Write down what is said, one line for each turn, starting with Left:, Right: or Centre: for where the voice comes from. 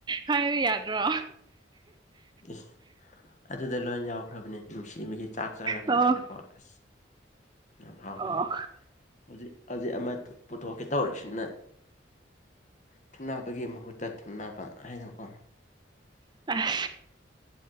Right: ꯍꯥꯏꯕ ꯌꯥꯗ꯭ꯔꯣ
Left: ꯏꯁ ꯑꯗꯨꯗ ꯂꯣꯏ ꯌꯥꯎꯈ꯭ꯔꯕꯅꯦ ꯅꯨꯡꯁꯤꯕꯒꯤ ꯆꯥꯛ ꯆꯥꯔꯝꯗꯥꯏꯗꯀꯣ
Right: ꯑꯣ
Left: ꯑꯁ ꯌꯥꯝ ꯍꯥꯎꯕꯅꯦ
Right: ꯑꯣ
Left: ꯍꯧꯖꯤꯛ ꯍꯧꯖꯤꯛ ꯑꯃ ꯄꯨꯊꯣꯛꯀꯦ ꯇꯧꯔꯤꯁꯤꯅ ꯊꯨꯡꯅꯕꯒꯤ ꯃꯍꯨꯠꯇ ꯊꯨꯡꯅꯕ ꯍꯥꯏꯅꯀꯣ
Right: ꯑꯥꯍ